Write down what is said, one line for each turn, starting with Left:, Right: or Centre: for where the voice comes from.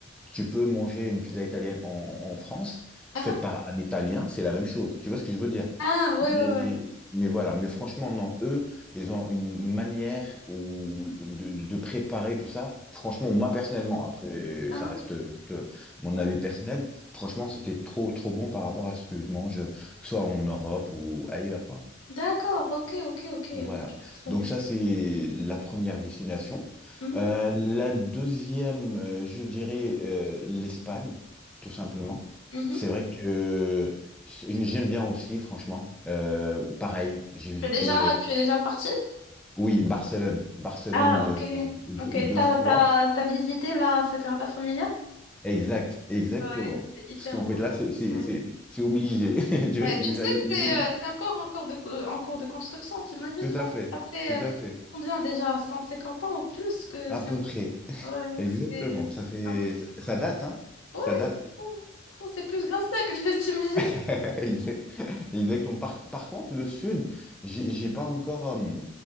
Centre: tu peux manger une pizza italienne en, en France,
Left: Ah,
Centre: faite
Left: ah,
Centre: par un Italien, c'est la même chose. Tu vois ce que je veux dire?
Left: Ah, oui,
Centre: Mais,
Left: oui, oui.
Centre: mais voilà, mais franchement, non, eux, ils ont une manière où, de, de- de préparer tout ça. Franchement, moi personnellement, après,
Left: Ah,
Centre: ça reste juste mon
Left: ouais.
Centre: avis personnel, franchement, c'était trop, trop bon par rapport à ce que je mange, que ce soit en Europe ou ailleurs, quoi.
Left: D'accord, ok, ok, ok,
Centre: Voilà.
Left: ok, je vois le truc.
Centre: Donc ça, c'est la première destination.
Left: Mhm,
Centre: Euh, la deuxième, euh, je dirais euh, l'Espagne, tout simplement.
Left: mhm.
Centre: C'est vrai que c'est- j'aime bien aussi, franchement. Euh, pareil, j'ai visité,
Left: Tu es déjà,
Centre: euh,
Left: tu es déjà parti?
Centre: oui, Barcelone. Barcelone
Left: Ah, ok.
Centre: euh, deux,
Left: Ok,
Centre: deux
Left: t'as,
Centre: fois.
Left: t'as, t'as visité la Sagrada Familia?
Centre: Exact, exactement.
Left: Ouais, c'est hyper
Centre: Parce qu'en
Left: beau.
Centre: fait, là, c'est c'est-
Left: Ouais.
Centre: c'est- c'est obligé. <laughs> Tu vois
Left: Ouais,
Centre: ce que
Left: tu
Centre: je veux
Left: sais
Centre: dire? Il
Left: que c'est
Centre: y a des-
Left: euh, c'est encore en cours de, co- en cours de construction, t'imagines
Centre: Tout
Left: ça?
Centre: à fait,
Left: Ça fait
Centre: tout
Left: euh,
Centre: à fait.
Left: combien déjà? cent cinquante ans ou plus que
Centre: À
Left: c'est
Centre: peu près.
Left: ouais,
Centre: Exactement.
Left: que c'est
Centre: Ça fait,
Left: c'est en construction.
Centre: ça ça date, hein?
Left: Ouais,
Centre: Ça date.
Left: c'est trop, c'est trop, c'est plus Bastia que je t'imagine.
Centre: <laughs> Exact- Exactement. Par, par contre, le sud, j'ai j'ai pas encore, euh,